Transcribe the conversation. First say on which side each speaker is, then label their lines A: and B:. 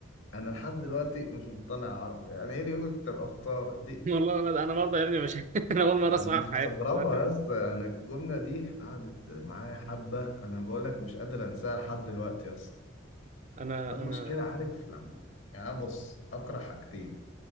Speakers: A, on the left; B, on the right.
A: انا لحد دلوقتي مش مقتنع يا عرب يعني ايه ريوجك تبقى فطار دي
B: والله لا انا برضه يا ابني مش <laughs> انا اول
A: يعني
B: مره اسمعها
A: مستغربه
B: في حياتي دلوقتي من
A: يا اسطى انا الجمله دي قعدت معايا حبه انا بقول لك مش قادر انساها لحد دلوقتي يا اسطى
B: انا
A: ما المشكله
B: انا
A: عارف لما يعني أنا بص اكره حاجتين